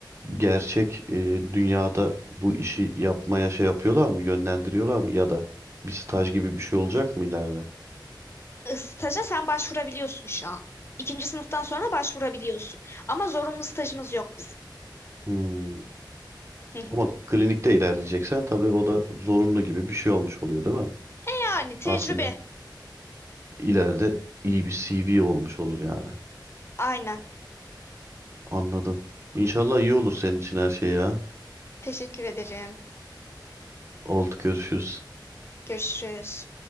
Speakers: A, on the right; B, on the left.
A: gerçek e, dünyada bu işi yapmaya şey yapıyorlar mı, yönlendiriyorlar mı ya da bir staj gibi bir şey olacak mı ileride?
B: E, Staja sen başvurabiliyorsun şu an. İkinci sınıftan sonra başvurabiliyorsun. Ama zorunlu stajımız yok bizim.
A: Hmm.
B: Hı hı.
A: Ama klinikte ilerleyeceksen tabii o da zorunlu gibi bir şey olmuş oluyor değil mi?
B: Yani tecrübe.
A: Aslında ileride iyi bir CV olmuş olur yani.
B: Aynen.
A: Anladım. İnşallah iyi olur senin için her şey ya.
B: Teşekkür ederim.
A: Oldu görüşürüz.
B: Görüşürüz.